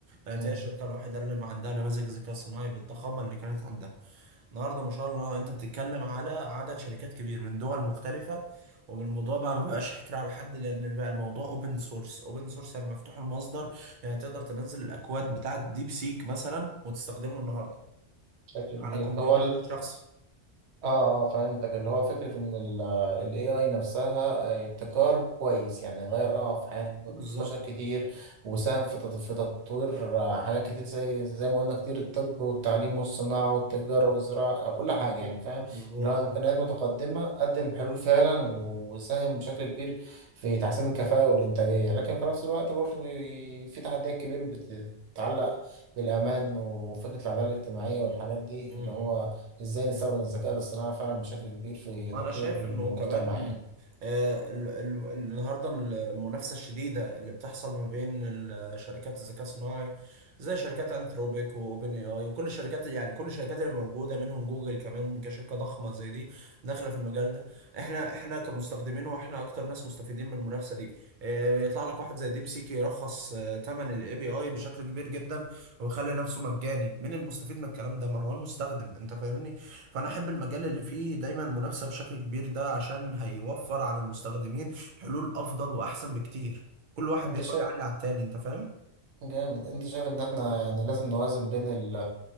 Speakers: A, on the right; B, on the right.
A: هي
B: مم،
A: الشركه الوحيده اللي ما عندها نماذج ذكاء صناعي بالضخامه اللي كانت عندها النهارده ما شاء الله انت بتتكلم على عدد شركات كبير من دول مختلفة وبالموضوع بقى ما بقاش حكر على حد لان بقى الموضوع اوبن سورس اوبن سورس يعني مفتوح المصدر يعني تقدر تنزل الاكواد بتاعة ديب سيك مثلا وتستخدمه النهارده
B: بشكل كبير
A: على مظبوط كمبيوترك
B: هو
A: الشخصي
B: اه اه فهمتك اللي هو فكرة ان ال ال AI نفسها آه، ابتكار كويس يعني غير اه في حياة
A: بالظبط
B: بشر كتير وساهم في تط- في تطوير آه، حاجات كتير زي زي ما قلنا كتير الطب والتعليم والصناعة والتجارة والزراعة آه، كل
A: مظبوط
B: حاجة يعني فاهم
A: مظبوط
B: اللي هو إمكانيات متقدمة قدم حلول فعلا وساهم بشكل كبير في تحسين الكفاءة والإنتاجية لكن في نفس الوقت برضه بي- في تحديات كبيرة بتتعلق بالأمان وفكرة العدالة الاجتماعية والحاجات دي
A: مظبوط
B: اللي هو ازاي نستخدم الذكاء الاصطناعي فعلا بشكل كبير في تطوير
A: انا شايف
B: المجتمع
A: انه كمان
B: يعني
A: آه، ال- ال- النهارده المنافسه الشديده اللي بتحصل ما بين ال- شركات الذكاء الصناعي زي شركات انثروبيك واوبن اي اي وكل الشركات يعني كل الشركات اللي موجوده منهم جوجل كمان كشركه ضخمه زي دي داخله في المجال ده احنا احنا كمستخدمين واحنا اكتر ناس مستفيدين من المنافسه دي آه، يطلع لك واحد زي ديب سيك يرخص ثمن الاي بي اي بشكل كبير جدا ويخلي نفسه مجاني مين المستفيد من الكلام ده ما هو المستخدم انت فاهمني فانا احب المجال اللي فيه دايما منافسه بشكل كبير ده عشان هيوفر على المستخدمين حلول افضل واحسن بكتير كل واحد
B: انت
A: بيحاول
B: شايف
A: يعلي على التاني انت فاهم
B: جامد انت شايف ان احنا يعني لازم نوازن بين ال